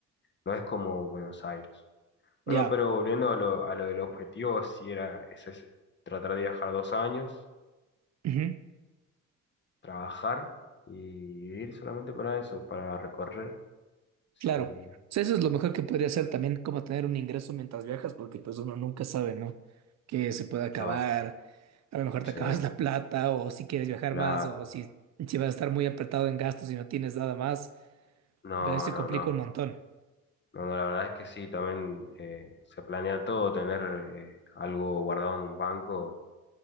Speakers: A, on the left; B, on the right.
A: No es como Buenos Aires. Bueno,
B: Ya.
A: pero volviendo a lo, a lo del objetivo, sí era, es ese, tratar de viajar dos años,
B: Ujú.
A: trabajar y ir solamente para eso, para recorrer. Sí,
B: Claro. O sea, eso es lo mejor que podría hacer también, como tener un ingreso mientras viajas, porque pues uno nunca sabe, ¿no? Que se puede acabar.
A: no,
B: A lo mejor te
A: sí.
B: acabas la plata, o si quieres viajar
A: Claro,
B: más, o si, si vas a estar muy apretado en gastos y no tienes nada más.
A: no,
B: Pero ahí se
A: no,
B: complica
A: no.
B: un montón.
A: No, no, la verdad es que sí, también eh, se planea todo, tener eh, algo guardado en un banco